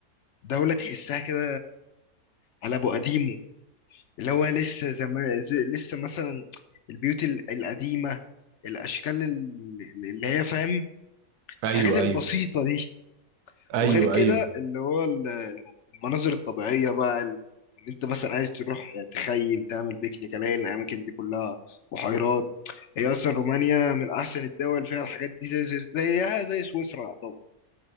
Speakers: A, on the left; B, on the right.
A: دولة تحسها كده على ابو قديمه اللي هو لسه زمان زي لسه مثلا البيوت ال- القديمة الاشكال ال- اللي هي فاهم
B: ايوه
A: الحاجات البسيطة
B: ايوه
A: دي
B: ايوه
A: وغير كده
B: ايوه
A: اللي هو ال- المناظر الطبيعية بقى ال- ان انت مثلا عايز تروح تخيم تعمل بيكنيك الاقي الاماكن دي كلها بحيرات هي اصلا رومانيا من احسن الدول فيها الحاجات دي زي زي- زيها زي سويسرا طبعا